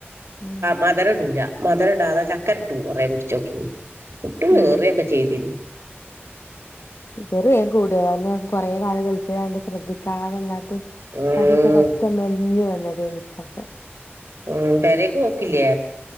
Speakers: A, on the left; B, on the right.
A: ഉം
B: മദരടൂല മദര ഇടാതെ ചക്കര ടൂ കുറെ കുടിച്ചോക്കി ഇട്ടും
A: ഉം
B: വേറൊക്കെ ചെയ്തിന്നു
A: കുറെ ആയി കൂട്ടുകാരന് കുറെ നാളുകൾ ഗൾഫിലായൊണ്ട് ശ്രദ്ധിക്കാവുന്ന -
B: ഉം
A: തടിയൊക്കെ പറ്റെ മെലിഞ്ഞു വന്നത് പക്ക
B: ഉം കറിയൊക്കെ വയ്ക്കില്ലേ